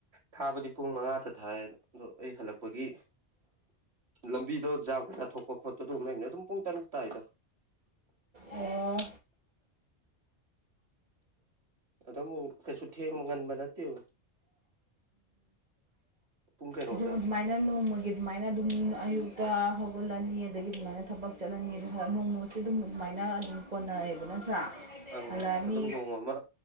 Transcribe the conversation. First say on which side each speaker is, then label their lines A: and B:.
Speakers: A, on the right (about 65°); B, on the right (about 35°).
A: ꯊꯥꯕꯗꯤ ꯄꯨꯡ ꯃꯉꯥꯗ ꯊꯥꯏ ꯑꯗꯣ ꯑꯩ ꯍꯜꯂꯛꯄꯒꯤ ꯂꯝꯕꯤꯗꯣ ꯖꯥꯝ ꯀꯥ ꯊꯣꯛꯄ ꯈꯣꯠꯄꯗ ꯂꯩꯕꯅꯦ ꯑꯗꯨꯝ ꯄꯨꯡ ꯇꯔꯨꯛ ꯇꯥꯥꯏꯗ <inaudible>
B: ꯑꯣ
A: ꯑꯗꯨꯝ ꯀꯩꯁꯨ ꯉꯟꯕ ꯅꯠꯇꯦꯗ ꯄꯨꯡ ꯀꯩꯩꯅꯣ
B: ꯑꯗꯨꯝ ꯑꯗꯨꯃꯥꯏꯅ ꯅꯣꯡꯃꯒꯤ ꯑꯗꯨꯃꯥꯏꯅ ꯑꯗꯨꯝ ꯑꯌꯨꯛꯇ ꯍꯧꯒꯠꯂꯅꯤ ꯑꯗꯒꯤ ꯑꯗꯨꯃꯥꯏꯅ ꯊꯕꯛ ꯆꯠꯂꯅꯤ ꯑꯗꯨ ꯅꯣꯡꯃꯁꯦ ꯑꯗꯨꯝ ꯑꯗꯨꯃꯥꯏꯅ ꯑ ꯑꯗꯨꯝ ꯀꯣꯟꯅꯔꯦꯕ ꯅꯠꯇ꯭ꯔꯥ
A: ꯑꯪ
B: ꯍꯜꯂꯛꯑꯅꯤ
A: ꯑꯗꯨꯝ ꯅꯣꯡꯃ ꯑꯃ